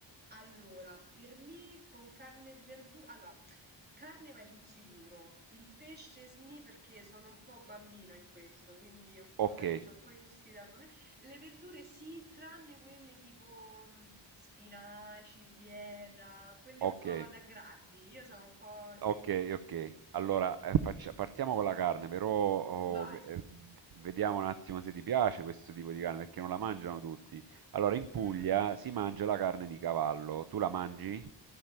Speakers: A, on the right; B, on the right.
A: Allora, per me con carne e verdura... Allora, carne vai sul sicuro. Il pesce sni perché sono un po' bambina in questo, quindi è un po',
B: Ok,
A: capito, c'ho un po' i gusti da bambina. Le verdure sì, tranne quelle tipo mh, spinaci, bieta, quelle
B: ok,
A: un po' da grandi. Io sono un po' sì.
B: Ok, ok. Allora, eh, faccia- partiamo con la carne, però oh,
A: Vai.
B: v- eh, vediamo un attimo se ti piace questo tipo di carne, perché non la mangiano tutti. Allora, in Puglia
A: Mm.
B: si mangia la carne di cavallo. Tu la mangi?